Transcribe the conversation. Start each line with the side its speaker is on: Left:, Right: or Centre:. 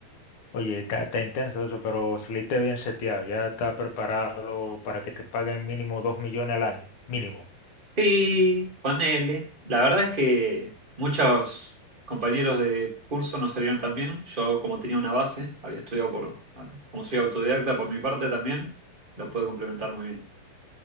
Left: Oye, está, está intenso eso, pero saliste bien seteado, ya está preparado para que te paguen mínimo dos millones al año, mínimo.
Right: Sí, ponele. La verdad es que muchos compañeros de curso no salieron tan bien. Yo, como tenía una base, había estudiado por, ah, como soy autodidacta por mi parte también, lo pude complementar muy bien.